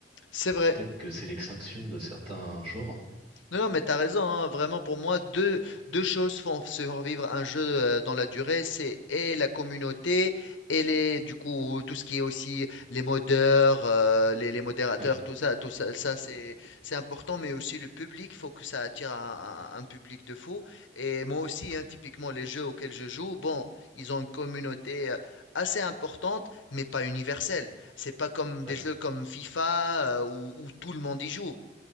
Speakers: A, on the left; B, on the right.
A: C'est vrai.
B: peut-être que c'est l'extinction de certains genres.
A: Non, non, mais t'as raison, hein. Vraiment, pour moi, deux, deux choses font survivre un jeu euh, dans la durée, c'est et la communauté, et les, du coup, tout ce qui est aussi les modeurs, euh, les, les modérateurs,
B: Oui,
A: tout ça, tout ça, ça c'est, c'est important, mais aussi le public, faut que ça attire un, un- un public de fou. Et moi aussi, hein, typiquement, les jeux auxquels je joue, bon, ils ont une communauté euh, assez importante, mais pas universelle. C'est pas comme des
B: ouais,
A: jeux comme FIFA, euh, où où tout le monde y joue.